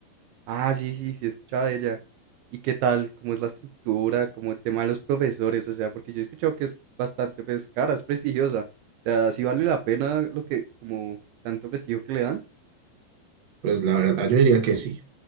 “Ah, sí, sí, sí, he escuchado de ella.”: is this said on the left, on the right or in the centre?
Right